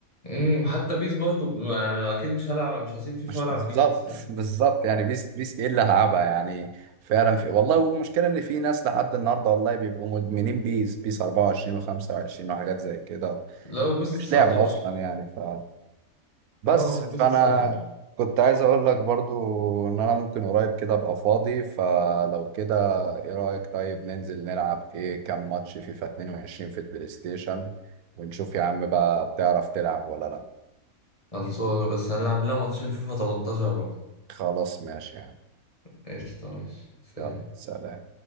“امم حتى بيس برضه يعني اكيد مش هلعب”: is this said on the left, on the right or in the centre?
Left